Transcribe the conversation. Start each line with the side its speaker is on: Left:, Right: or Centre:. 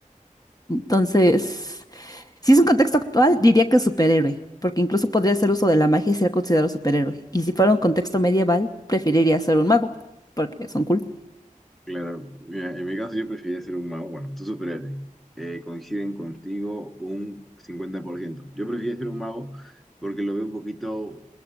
Left: Entonces... Si es un contexto actual, diría que superhéroe, porque incluso podría hacer uso de la magia y ser considerado superhéroe. Y si fuera un contexto medieval, preferiría ser un mago, porque son cool.
Centre: Claro, mira, en mi caso yo preferiría ser un mago. Bueno, tú superhéroe. Eh, coinciden contigo un 50%. Yo preferiría ser un mago porque lo veo un poquito